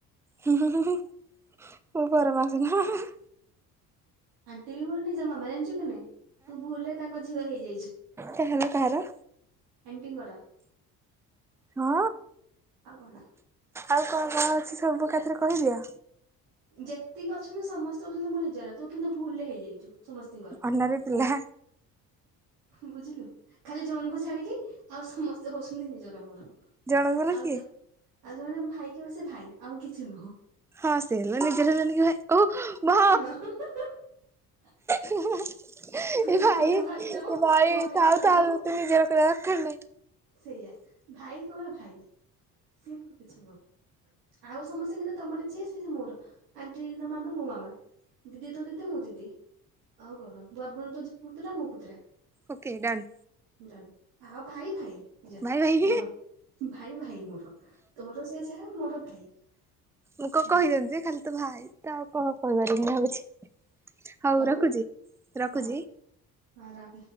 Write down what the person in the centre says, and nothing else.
ହୁଁ ହୁଁ ହୁଁ ମୁଁ ପର ମାଉସୀ ହୁଁ ହୁଁ ହୁଁ।
ତାହେଲେ କାହାର।
ହଁ
ଆଉ କଣ କଣ ଅଛି ସବୁ ଏକାଥରେ କହିଦିଅ।
ଅନା ରେ ପିଲା।
ଜଣଙ୍କୁ ହେଲା
କିଏ?
ହଁ ସେ ହେଲା ନିଜର ହେଲାନି କି ଭାଇ ଓ।
ଭା
ହଁ ହଁ ହଁ ଏ
ଭାଇ
ଏ
ଭାଇ
ଥାଉ
ଥାଉ ଏତେ ନିଜର କରିବା ଦରକାର ନାହିଁ।
Okay don.
ଭାଇ ଭାଇ
ମୁଁ କଣ କହିଦ
ଯେ ଖାଲି ତୁ ଭାଇ ତ ଆଉ କଣ କହିବାର ମୁଁ ଭାବୁଛି ହଉ
ରଖୁଛି ରଖୁଛି।